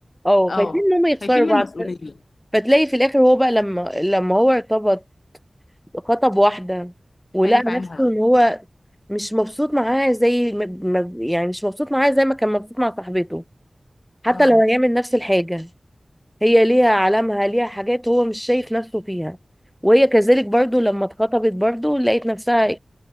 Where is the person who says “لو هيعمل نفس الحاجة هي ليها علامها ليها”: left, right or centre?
Centre